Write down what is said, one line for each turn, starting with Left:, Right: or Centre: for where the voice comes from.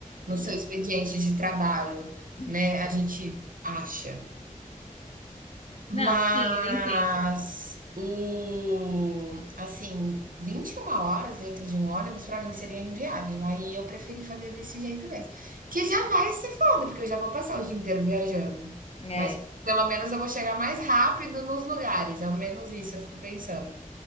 Right: no seu expediente de trabalho,
Left: <laughs>
Right: né? A gente acha. Mas
Left: Não, sim, eu entendo.
Right: o assim, 21 horas dentro de um ônibus para mim seria inviável, aí eu preferi fazer desse jeito mesmo, que já vai ser foda, porque eu já vou passar o dia inteiro viajando,
Left: É,
Right: mas
Left: é.
Right: pelo menos eu vou chegar mais rápido nos lugares, ao menos isso eu fico pensando.